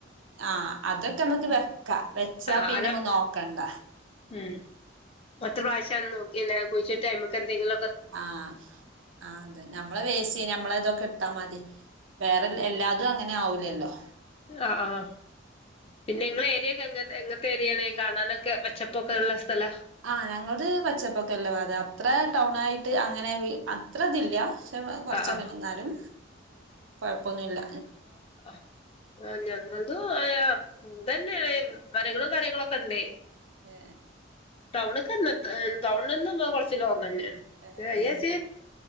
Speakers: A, on the right; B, on the left.
A: ആഹ്‌ അതൊക്കെ നമ്മുക്ക് വെക്ക വെച്ചാ
B: ആഹ്
A: പിന്നെമ്മ
B: അത്
A: നോക്കണ്ട
B: ഉം ഒറ്റ പ്രാശ്യ നോക്കി കുഴിച്ചിട്ട മ്മക്കെ എന്തെങ്കിലും
A: ആഹ്‌ ആ അത് നമ്മള വേസി നമ്മള ഇതൊക്കെ ഇട്ടാ മതി വേറെ എല്ലാതും തന്നെ ആവൂല്ലല്ലോ
B: ആഹ്‌ ആഹ്‌ പിന്നെ <inaudible> ഇയെ എങ്ങനത്തെ വരിയണെങ്ക കാണാനൊക്കെ പച്ചപ്പോക്കെ ഉള്ള സ്ഥലാ
A: ആഹ് ഞങ്ങുടെ പച്ചപ്പക്കെല്ല അത അത്ര ടൗണ ആയിട്ട് അങ്ങനെ അത്ര ഇതില്ല പക്ഷ കുറച്ചൊക്കെ
B: ആഹ് ആഹ്
A: നിന്നാലും കുഴപ്പമൊന്നുമില്ല
B: ആ ആഹ ഞങ്ങൾത് ആയാ ഉതന്നെയ മരങ്ങളും കാര്യങ്ങളും ഒക്കെ ഉണ്ടേ
A: ഏ
B: ഇങ്ങക്ക് ടൗണ് ന്ന് കുറച്ച് ലോങ് തന്നെയാണ്
A: ഏഹ്
B: ഏ
A: ഏഹ്
B: ഏച്ചി